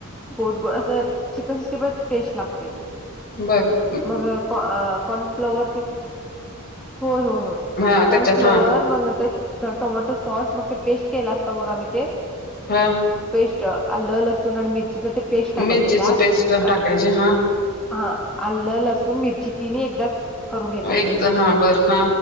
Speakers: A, in the centre; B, on the left.
A: गोड गोड असं चिकन सिक्टीफाय ची टेस्ट लागते.
B: बरं.
A: मग कॉन -काँर्नफ्लावर ती होय हो होय,
B: हा त्याच्यात
A: काँर्नफ्लावर
B: हा
A: मग नंतर टोमॅटो सॉस मग ते पेस्ट केला असतं, बघा मी ते.
B: हा.
A: पेस्ट आलं लसूण आणि मिरचीच ते पेस्ट टाकायचं
B: मिरचीच
A: त्यात
B: पेस्ट
A: आणि
B: टाकायची हा.
A: हा, आलं, लसूण, मिरची तिन एकदाच करून घ्यायचं
B: एकदा
A: पेस्ट
B: हा
A: ते
B: बर हा